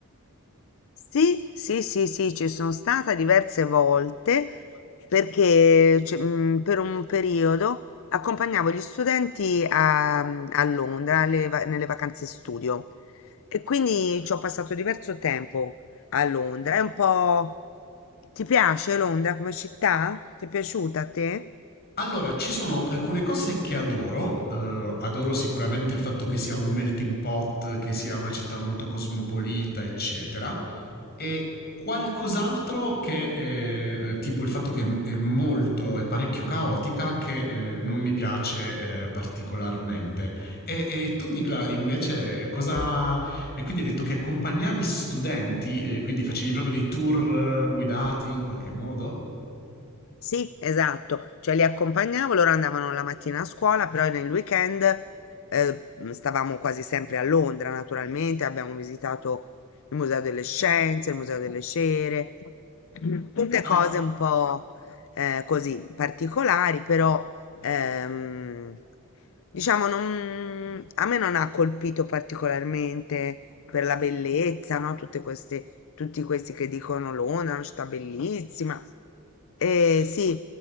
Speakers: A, on the left (about 65°); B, on the left (about 45°).
A: Sì, sì, sì, sì, ci sono stata diverse volte perché c- mm, per un periodo accompagnavo gli studenti a, mhmm, a Londra alle va- nelle vacanze studio e quindi ci ho passato diverso tempo a Londra. È un po'... Ti piace Londra come città? Ti è piaciuta a te?
B: Allora, ci sono alcune cose che adoro. Eh, adoro sicuramente il fatto che sia un melting pot, che sia una città molto cosmopolita, eccetera. E qualcos'altro che, eh, tipo il fatto che è molto, è parecchio caotica, che eh, non mi piace eh, particolarmente. E, e tu, Nicla, invece, cosa... E quindi hai detto che accompagnavi studenti, eh, quindi facevi proprio dei tour eh, guidati in qualche modo?
A: Sì, esatto, cioè li accompagnavo, loro andavano la mattina a scuola, però nel weekend eh, m, stavamo quasi sempre a Londra, naturalmente, abbiamo visitato il Museo delle Scienze, il Museo delle Cere, <clears throat> tutte cose
B: Ah,
A: un po' eh, così particolari, però Ehm, diciamo, non- a me non ha colpito particolarmente per la bellezza, no? Tutte queste, tutti questi che dicono Londra è una città bellissima. Eh, sì,